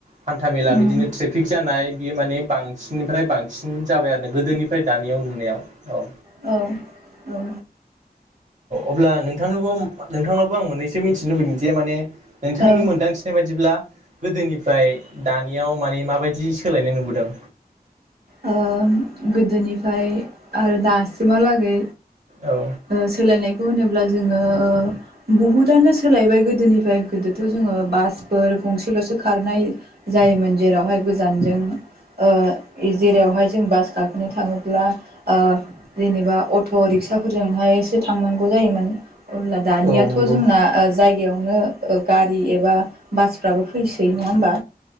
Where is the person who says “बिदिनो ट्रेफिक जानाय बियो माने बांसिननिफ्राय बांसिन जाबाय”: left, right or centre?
Right